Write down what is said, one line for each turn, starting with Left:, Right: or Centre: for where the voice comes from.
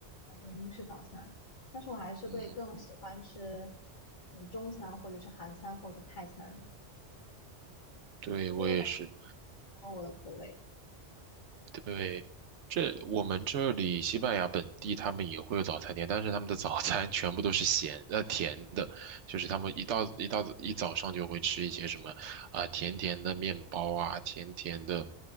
Left: 那种英式早餐。但是我还是会更喜欢吃
Right: 嗯
Left: 嗯中餐或者是韩餐或者泰餐，
Right: 对我也是。
Left: 因为我感觉我的口味。
Right: 对，这我们这里西班牙本地他们也会有早餐店，但是他们的早餐全部都是咸呃甜的，就是他们一到一到一早上就会吃一些什么啊、甜甜的面包啊，甜甜的